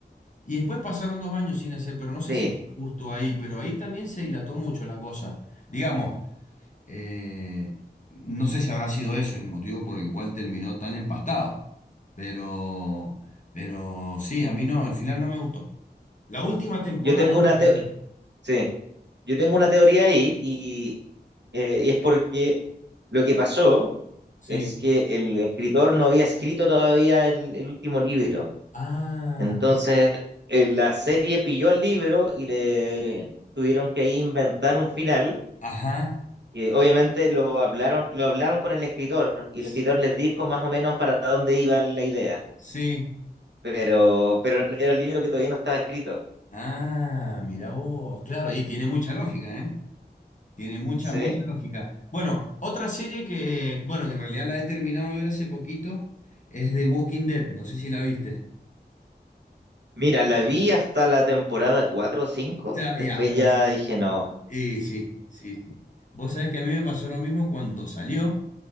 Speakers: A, on the left; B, on the right.
A: Y después pasaron dos años sin hacer, pero no sé
B: sí.
A: si fue justo ahí, pero ahí también se dilató mucho la cosa. Digamos, eh, no sé si habrá sido eso el motivo por el cual terminó tan empastado, pero, pero sí, a mí no, al final no me gustó. La última temporada
B: Yo tengo
A: en
B: una,
A: general,
B: teo- sí, yo tengo una teoría ahí y, eh, y es porque lo que pasó
A: sí.
B: es que el escritor no había escrito todavía el el último libro.
A: Ah,
B: Entonces, eh, la serie pilló el libro y le tuvieron que ahí inventar un final.
A: ajá,
B: Y obviamente lo hablaron, lo hablaron con el escritor y
A: s-
B: el escritor les dijo más o menos para dónde iba la idea.
A: sí.
B: Pero, pero era el libro que todavía no estaba escrito.
A: Ah, mira vos, claro, y tiene mucha lógica, ¿eh? Tiene mucha,
B: Sí.
A: mucha lógica. Bueno, otra serie que, bueno, que en realidad la he terminado de ver hace poquito, es The Walking Dead, no sé si la viste.
B: Mira, la vi hasta la temporada 4 o cinco
A: Ya,
B: Después
A: y hasta las...
B: ya dije no.
A: Y sí, sí, sí. Vos sabés que a mí me pasó lo mismo cuando salió.